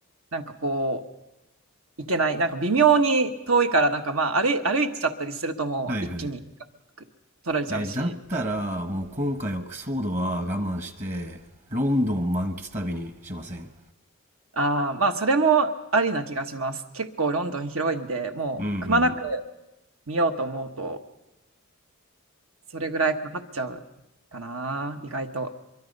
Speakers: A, on the right; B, on the right.
A: なんかこう、行けない。なんか微妙に遠いから、なんかまあ歩い、歩いちゃったりするともう一気に
B: はいはい。
A: 取られちゃうし、
B: えーだったら、もう今回はクソードは我慢して、ロンドン満喫旅にしません。
A: あーまあ、それもありな気がします。結構ロンドン広いんで、もうくまなく
B: うんうん。
A: 見ようと思うと、それぐらいかかっちゃうかな、意外と。